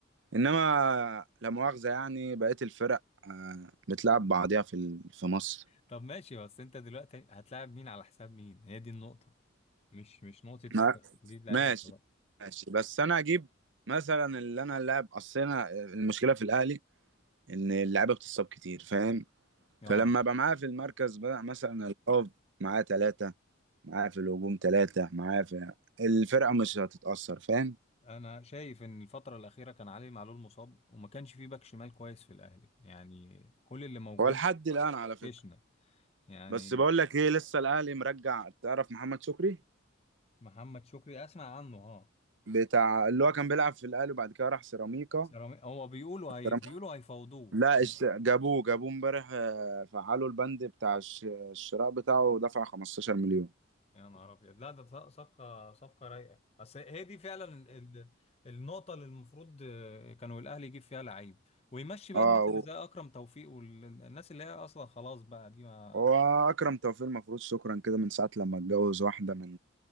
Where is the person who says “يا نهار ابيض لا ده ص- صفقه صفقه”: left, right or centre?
Left